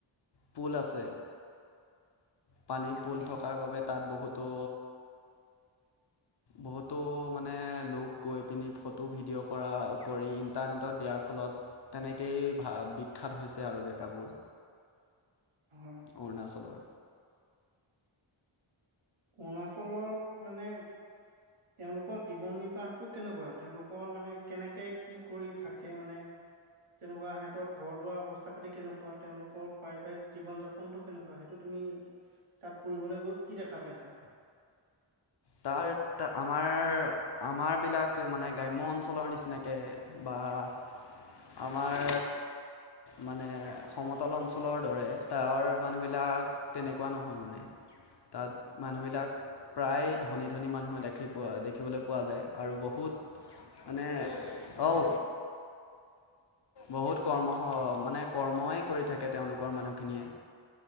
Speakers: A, on the left; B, on the right.
A: পুল আছে। পানীৰ পুল
B: হয়
A: থকাৰ বাবে তাত বহুত তো বহুতো মানে লোক গৈ পিনি ফটো ভিডিঅ' কৰা কৰি ইণ্টাৰনেটত দিয়াৰ ফলত তেনেকেই এই ভা বিখ্যাত হৈছে আৰু জেগাবোৰ
B: হয়
A: অৰুণাচলৰ।
B: অৰুণাচলত মানে তেওঁলোকৰ জীৱন নিৰ্বাহটো কেনেকুৱা তেওঁলোকৰ মানে কেনেকে কি কৰি থাকে মানে তেনেকুৱা সিহঁতৰ ঘৰ দুৱাৰ অৱস্থা পাতি কেনেকুৱা তেওঁলোকৰ পাৰিবাৰিক জীৱন যাপনটো কেনেকুৱা সেইটো তুমি তাত ফুৰিবলৈ গৈ কি দেখা পাইছা?
A: তাৰ আমাৰ আমাৰ বিলাক মানে গ্ৰাম্য অঞ্চলৰ নিচিনাকে বা আহ, আমাৰ মানে সমতল অঞ্চলৰ দৰে তাৰ মানুহবিলাক তেনেকুৱা নহয় মানে। তাত মানুহবিলাক প্ৰায় ধনী ধনী মানুহে দেখি পোৱা দেখিবলৈ পোৱা যায় আৰু বহুত মানে অও বহুত কৰ্ম মানে কৰ্মই কৰি থাকে তেওঁলোকৰ মানুহখিনিয়ে।